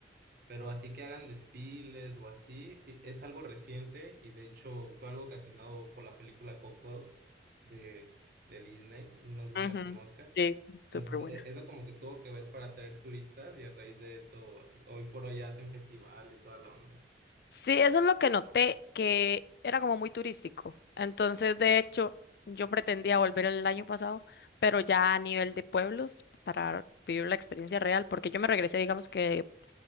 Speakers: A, on the right; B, on the left.
A: Pero así que hagan desfiles o así, fi- es algo reciente y de hecho fue algo ocasionado por la película Coco de, de Disney, no sé
B: Ujú,
A: si la conozcas.
B: Sí, es súper
A: Entonces,
B: buena.
A: e- eso como que tuvo que ver para atraer turistas y a raíz de eso, hoy por hoy hacen festival y toda la onda.
B: Sí, eso es lo que noté, que era como muy turístico. Entonces, de hecho, yo pretendía volver el año pasado, pero ya a nivel de pueblos para vivir la experiencia real, porque yo me regresé, digamos que